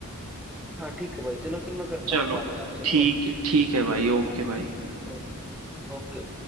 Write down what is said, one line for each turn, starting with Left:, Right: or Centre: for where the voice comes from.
Centre: हाँ ठीक है भाई चलो फिर मैं करता
Right: चलो
Centre: हूँ बाद में आपसे
Right: ठीक
Centre: ना बात
Right: है ठीक है भाई ओके भाई
Centre: ठीक है ओके ओके